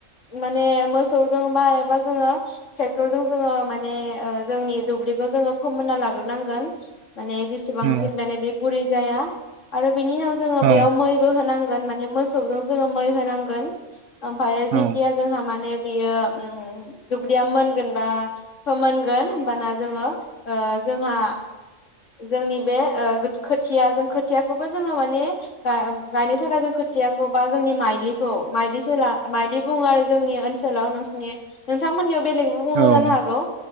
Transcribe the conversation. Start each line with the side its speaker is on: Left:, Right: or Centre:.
Left: माने मोसौजों बा एबा जोङो ट्रेक्टरजों जोङो माने ओ जोंनि दुब्लि खो जोङो फोमोनना लाग्रोनांगोन। माने जेसेबांसिम
Right: औ
Left: बेनो बे गुरै जाया आरो बिनि उनाव जोङो
Right: औ
Left: बेयाव मैबो होनां गोन माने मोसौजों जोङो मै होनांगोन, ओमफाय जितिया
Right: औ
Left: जोंहा माने बेयो उम दुब्लिया मोनगोन बा फोनगोन होमबाना जोङो ओ जोंहा जोंनि बे ओ गोद खोथिया जों खो खोथियाखौबो जोङो माने गायनो ओमफ्राय गायनो थाखाय जों खोथियाखौ बा जोंनि माइलिखौ माइलि सोला माइलि बुङो आरो जोंनि ओनसोलाव नोंसिनि नोंथांमोननियाव बेलेगबो बुङो
Right: औ
Left: जानो हागौ।